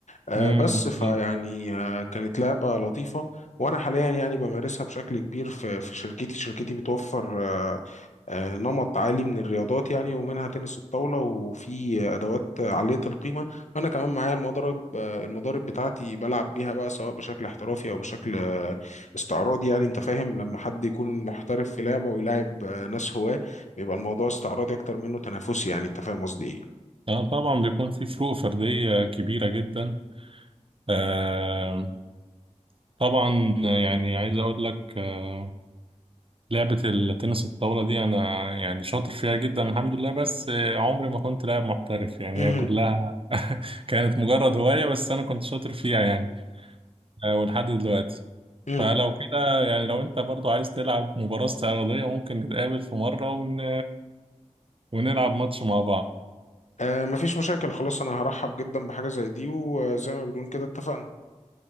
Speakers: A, on the left (about 70°); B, on the right (about 45°).
A: آه،
B: مم،
A: بس فيعني
B: بالظبط
A: آه، كانت لعبة لطيفة وأنا حاليا يعني بمارسها بشكل كبير في في شركتي شركتي بتوفر آه، آه، نمط عالي من الرياضات يعني ومنها تنس الطاولة وفي أدوات عالية القيمة وأنا كمان معايا المضرب آه، المضارب بتاعتي بلعب بيها بقى سواء بشكل احترافي أو بشكل آه، استعراضي يعني أنت فاهم لما حد يكون محترف في لعبة ويلاعب آه، ناس هواة بيبقى الموضوع استعراضي أكتر منه تنافسي يعني أنت فاهم قصدي إيه
B: أه طبعا بيكون في فروق فردية كبيرة جدا آه طبعا يعني عايز أقول لك آه لعبة التنس الطاولة دي أنا يعني شاطر فيها جدا الحمد لله بس آه، عمري ما كنت لاعب محترف يعني
A: مهم.
B: هي كلها <laughs> كانت مجرد هواية بس أنا كنت شاطر فيها يعني آه ولحد دلوقتي
A: مم.
B: فلو كده يعني لو انت برضو عايز تلعب مباراة استعراضية ممكن نتقابل في مرة ون... ونلعب ماتش مع بعض
A: آه مفيش مشاكل خلاص انا هرحب جدا بحاجة زي دي وزي ما بنقول كده اتفقنا